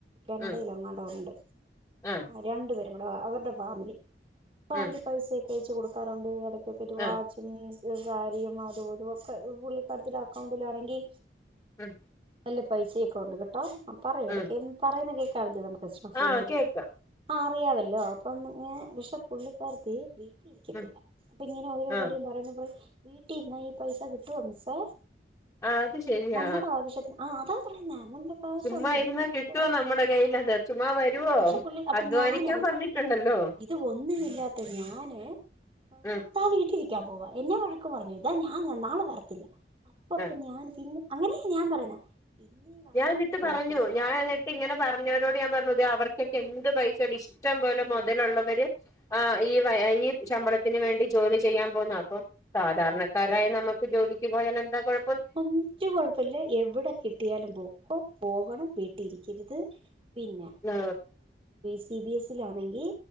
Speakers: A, on the right; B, on the left.
A: കാനഡയിലെങ്ങാണ്ടോ
B: ഉം
A: ഉണ്ട്.
B: ആ
A: രണ്ടു പേരും കൂടെ അവരുടെ ഫാമിലി അപ്പൊ
B: ഉം
A: അവര് പൈസൊക്കെ അയച്ച് കൊടുക്കാറ്ണ്ട് എടക്കൊക്കെ ഒരു വാച്ചും
B: ആ
A: സാരിയും അതും ഇതും ഒക്കെ പുള്ളിക്കാരത്തീടെ അക്കൗണ്ടിലാണെങ്കി
B: ഉം
A: നല്ല പൈസയൊക്കെ ഉണ്ട് കേട്ടോ. ആ പറയും
B: ഉം
A: എടയ്ക്ക് പറയുന്ന കേക്കാവല്ലോ നമു
B: ആ കേക്കാം
A: <unintelligible> ആ അറിയാവല്ലോ അപ്പം പക്ഷെ പുള്ളിക്കാരത്തി വീ ട്ടി ഇരിക്കത്തില്ല.
B: ഉം
A: അപ്പൊ ഇങ്ങനെ ഓരോ
B: ആ
A: കാര്യം പറയുമ്പോ വീട്ടി ഇരുന്നാ ഈ പൈസ കിട്ടുവോ മിസ്സേ
B: ആ അത് ശരിയാ
A: നമ്മുടെ ആവശ്യത്തിന് ആ അതാ പറയ്ന്നേ ഉണ്ട് കാശുണ്ട്.
B: ചുമ്മാ ഇരുന്നാ
A: പക്ഷെ
B: കിട്ടുവോ നമ്മുടെ കയ്യിലത് ചുമ്മാ വരുവോ
A: പക്ഷെ പുള്ളി അപ്പൊ
B: അധ്വാനിക്കാൻ
A: ഞാൻ ഓർത്തു
B: പറഞ്ഞിട്ടുണ്ടല്ലോ
A: ഇത് ഒന്നുമില്ലാത്ത ഞാന്
B: ഉം
A: ഞാൻ ആ താൻ വീട്ടിലിരിക്കാൻ പോവാ എന്നെ വഴക്ക് പറഞ്ഞു. ഇതാ ഞാൻ നാളെ വരത്തില്ല. അപ്പൊ
B: ആ
A: തന്നെ ഞാൻ പിന്നെ അങ്ങനെയാ ഞാൻ പറയുന്നേ പിന്നീടാണ്
B: ഞാ എന്നിട്ട്
A: മനസ്സിലാക്കിയത്
B: പറഞ്ഞു ഞാൻ എന്നിട്ട് ഇങ്ങനെ പറഞ്ഞവരോട് ഞാൻ പറഞ്ഞു അവർക്കൊക്കെ എന്ത് പൈസണ്ട് ഇഷ്ടം പോലെ മൊതലുള്ളവര് ഈ ഈ ശമ്പളത്തിന് വേണ്ടി ജോലി ചെയ്യാൻ പോന്നാ. അപ്പം സാധാരണക്കാരായ നമുക്ക് ജോലിക്ക് പോയാൽ എന്താ കൊഴ
A: ഒരു കൊഴപ്പില്ല എവിടെ കിട് കിട്ടിയാലും പോക്കോ പോകണം വീട്ടി ഇരിക്കരുത് പിന്നെ
B: ആ
A: സി ബി എസ് സിൽ ആണെങ്കിൽ